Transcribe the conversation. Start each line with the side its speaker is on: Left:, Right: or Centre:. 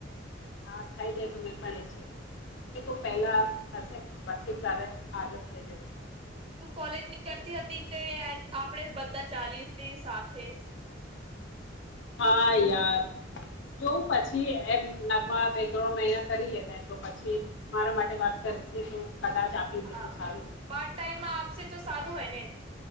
Left: હા થઇ જાય તો મેં પણ એ છે. એ તો પહેલા થશે પણ પછી તારે આદત થઈ જશે
Right: તું કોલેજની કરતી હતી તે આપણેે બધા ચાલીશ તે સાથે
Left: હા યાર જો પછી એમ નગમા બે ત્રણ મહિના કરી લેને તો પછી મારા માટે વાત ક કરશેે તો કદાચ આપી
Right: હા
Left: દે તો સારું ને
Right: પાર્ટ ટાઈમમાં આપશે તો સારું હોય ને?